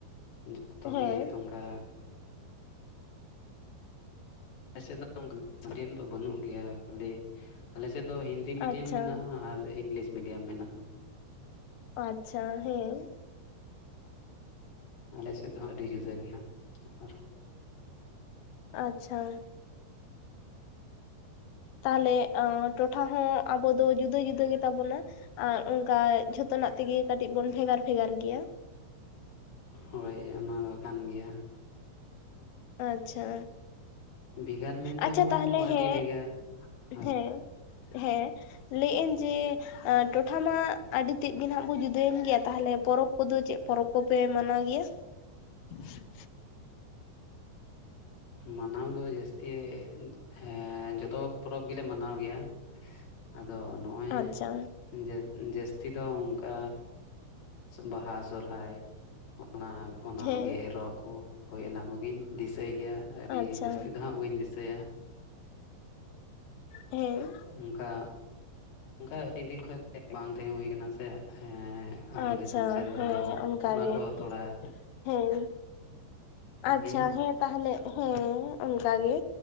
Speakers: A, on the left (about 65°); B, on the left (about 85°).
A: ᱡᱷᱚᱛᱚ
B: ᱦᱮᱸ
A: ᱜᱮ ᱫᱚᱸᱜᱟ ᱟᱠᱮ ᱥᱮᱫ ᱫᱚ <unintelligible> ᱵᱟᱹᱱᱩᱜ ᱜᱮᱭᱟ ᱠᱷᱟᱹᱞᱤ ᱟᱞᱮ ᱥᱮᱫ ᱫᱚ ᱦᱤᱱᱫᱤ ᱢᱤᱰᱤᱭᱟᱢ
B: ᱟᱪᱪᱷᱟ
A: ᱢᱮᱱᱟᱜᱼᱟ ᱟᱨ ᱤᱝᱞᱤᱥ ᱢᱤᱰᱤᱭᱟᱢ ᱢᱮᱱᱟᱜᱼᱟ᱾
B: ᱟᱪᱪᱷᱟ ᱦᱮᱸ
A: ᱟᱞᱮ ᱥᱮᱫ ᱫᱚ ᱦᱟᱸᱜ ᱟᱹᱰᱤ ᱡᱩᱫᱟᱹ ᱜᱮ ᱦᱟᱸᱜ ᱟᱨᱦᱚᱸ᱾
B: ᱟᱪᱪᱷᱟ᱾ ᱛᱟᱦᱚᱞᱮ ᱟᱸ ᱴᱚᱴᱷᱟ ᱦᱚᱸ ᱟᱵᱚ ᱫᱚ ᱡᱩᱫᱟᱹ ᱡᱩᱫᱟᱹ ᱜᱮᱛᱟ ᱵᱚᱱᱟ᱾ ᱟᱨ ᱚᱝᱠᱟ ᱡᱚᱛᱚᱱᱟᱜ ᱛᱮᱜᱮ ᱠᱟᱹᱴᱤᱡ ᱵᱚᱱ ᱵᱷᱮᱜᱟᱨ ᱵᱷᱮᱜᱟᱨ ᱜᱮᱭᱟ᱾
A: ᱦᱳᱭ ᱚᱱᱟ ᱫᱚ ᱠᱟᱱ ᱜᱮᱭᱟ᱾
B: ᱟᱪᱪᱷᱟ
A: ᱵᱷᱮᱜᱟᱨ ᱢᱮᱱᱛᱮᱦᱚᱸ
B: ᱟᱪᱪᱷᱟ ᱛᱟᱦᱚᱞᱮ
A: ᱟᱹᱰᱤ
B: ᱦᱮᱸ
A: ᱵᱷᱮᱜᱟᱨ ᱦᱳᱭ
B: ᱦᱮᱸ᱾ ᱦᱮᱸ ᱞᱟᱹᱭ-ᱮᱜ ᱟᱹᱧ ᱡᱮ ᱮᱸ ᱴᱚᱴᱷᱟ ᱢᱟ ᱟᱹᱰᱤ ᱛᱮᱫ ᱜᱮ ᱱᱟᱷᱟᱸᱜ ᱵᱚᱱ ᱡᱩᱫᱟᱹᱭᱮᱱ ᱜᱮᱭᱟ ᱛᱟᱦᱞᱮ ᱯᱚᱨᱚᱵᱽ ᱠᱚᱫᱚ ᱪᱮᱫ ᱯᱚᱨᱚᱵᱽ ᱠᱚᱯᱮ ᱢᱟᱱᱟᱣ ᱜᱮᱭᱟ? <unintelligible>
A: ᱢᱟᱱᱟᱣ ᱫᱚ ᱡᱟᱹᱥᱛᱤ ᱮᱸᱻ ᱡᱚᱛᱚ ᱯᱚᱨᱚᱵᱽ ᱜᱮᱞᱮ ᱢᱟᱱᱟᱣ ᱜᱮᱭᱟ᱾ ᱟᱫᱚ ᱱᱚᱜᱼᱚᱭ
B: ᱟᱪᱪᱷᱟ
A: ᱡᱟ ᱡᱟᱹᱥᱛᱤ ᱫᱚ ᱚᱱᱠᱟ ᱵᱟᱦᱟ ᱥᱚᱨᱦᱟᱭ <inaudible> ᱚᱱᱟ
B: ᱦᱮᱸ
A: ᱠᱚᱜᱮ ᱮᱨᱚᱜ ᱠᱚ ᱦᱳᱭ ᱚᱱᱟ ᱠᱚᱜᱮᱧ ᱫᱤᱥᱟᱹᱭ ᱜᱮᱭᱟ ᱟᱹᱰᱤ
B: ᱟᱪᱪᱷᱟ
A: ᱡᱟᱹᱥᱛᱤ ᱫᱚ ᱦᱟᱸᱜ ᱵᱟᱹᱧ ᱫᱤᱥᱟᱹᱭᱟ᱾
B: ᱦᱮᱸ᱾
A: ᱚᱱᱠᱟ ᱚᱱᱠᱟ ᱟᱹᱰᱤ ᱫᱤᱱ ᱠᱷᱚᱡ ᱜᱮ ᱵᱟᱝ ᱛᱟᱦᱮᱸ ᱦᱩᱭ ᱠᱟᱱᱟ ᱥᱮ, ᱮᱸ ᱟᱛᱳ
B: ᱟᱪᱪᱷᱟ
A: ᱫᱤᱥᱚᱢ ᱥᱮᱫ ᱨᱮᱫᱚ
B: ᱦᱮᱸ
A: ᱟᱫᱚ
B: ᱚᱱᱠᱟᱜᱮ
A: ᱚᱱᱟ ᱠᱚ ᱛᱷᱚᱲᱟᱼᱼ
B: ᱦᱮᱸ ᱟᱪᱪᱷᱟ
A: ᱦᱤᱲᱤᱧ
B: ᱦᱮᱸ ᱛᱟᱦᱚᱞᱮ ᱦᱮᱸ ᱚᱱᱠᱟᱜᱮ